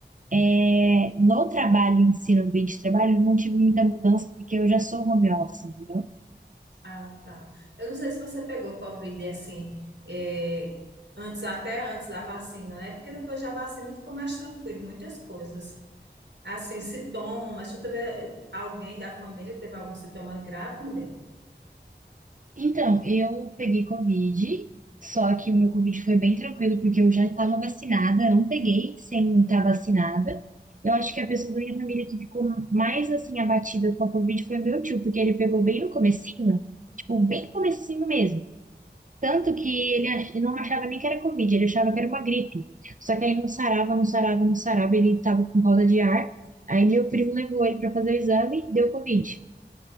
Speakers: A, on the right; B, on the right.
A: é, no trabalho em si, no ambiente de trabalho, eu não tive muita mudança porque eu já sou home office, entendeu?
B: Ah, tá. Eu não sei se você pegou Covid assim, eh, antes, até antes da vacina, né? Porque depois da vacina ficou mais tranquilo, muitas coisas. Assim, sintomas, tu teve eh, alguém da família que teve algum sintoma grave, mulher?
A: Então, eu peguei Covid, só que o meu Covid foi bem tranquilo, porque eu já estava vacinada, não peguei sem estar vacinada. Eu acho que a pessoa da minha família que ficou mais, assim, abatida com a Covid foi meu tio, porque ele pegou bem no comecinho, tipo, bem no comecinho mesmo. Tanto que ele ach- ele não achava nem que era Covid, ele achava que era uma gripe. Só que aí não sarava, não sarava, não sarava, ele estava com falta de ar. Aí meu primo levou ele para fazer o exame, deu Covid.